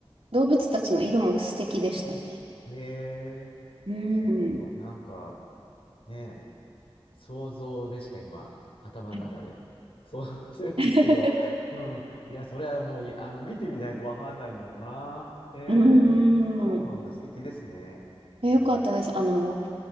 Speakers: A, on the right; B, on the left.
A: 動物たちの色も素敵でしたね。
B: うん。へえ、
A: うん。
B: そっか、なんか、ね、想像でしか今、頭の中で想像してるんですけど、
A: はい <laughs>
B: うん。いや、それはもうい、あの、見てみないとわかんないんだろうな。へえ、
A: うんうん。
B: そうなんだ。素敵ですね。
A: えよかったです。
B: えー、
A: あの、